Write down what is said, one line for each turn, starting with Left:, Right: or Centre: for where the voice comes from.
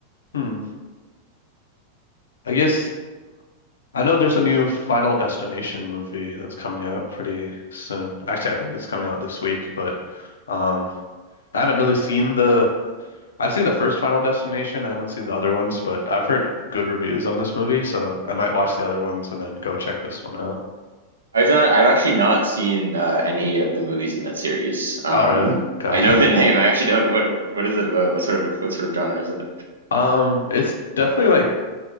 Left: hmm. I guess I know there's a new Final Destination movie that's coming out pretty soon. Actually, I think it's coming out this week, but um, I haven't really seen the. I've seen the first Final Destination. I haven't seen the other ones, but I've heard good reviews on this movie, so I might watch the other ones and then go check this one out.
Right: I've not. I've actually not seen uh, any of the movies in that series. Um,
Left: Oh, really? Gotcha,
Right: I know
Left: gotcha.
Right: the name. I actually don't know what what is it about. What sort of what sort of genre is it?
Left: Um, it's definitely like